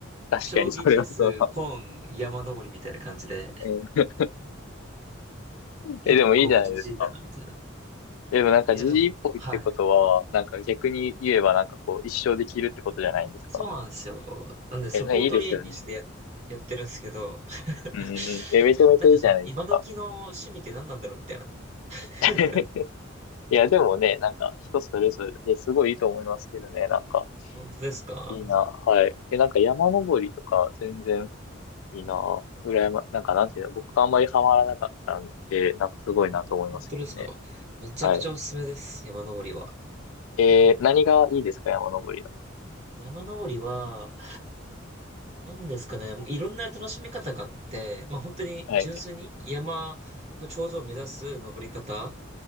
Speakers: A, on the right; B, on the left.
A: 将棋、
B: かにそれはそうかも。
A: チェス、本、山登りみたいな感じで、
B: えー、
A: 結構ジジイだなみたいな。
B: えでもいいじゃないですか。でもなんか時事一歩ってことは、
A: いや、でも、はい。
B: なんか逆に言えばなんかこう一生できるってことじゃないんですか。
A: そうなんですよ。なんでそこを取り柄にしてや、
B: え、ね、いいですよね。
A: やってるんですけど、<laughs>
B: うんうんうん。え、めちゃめちゃいいじゃないですか。
A: なんかじゃあ、今時の趣味って何なんだろうみたいな。<laughs>
B: <laughs> いや、でもね、なんか人それぞれですごいいいと思いますけどね、なんか
A: 本当ですか
B: いいな。はい。え、なんか山登りとか全然いいなぁ。羨ま、なんかなんていうの、僕があんまりハマらなかったんで、なんかすごいなと思いますけどね。
A: 本当ですかめちゃくちゃおすすめです。
B: はい。
A: 山登りは。
B: えー、何がいいですか、山登りの。
A: 山登りは、何ですかね。もういろんな楽しみ方があって、まあ本当に純粋に山の頂上を目指す登り方、
B: はい。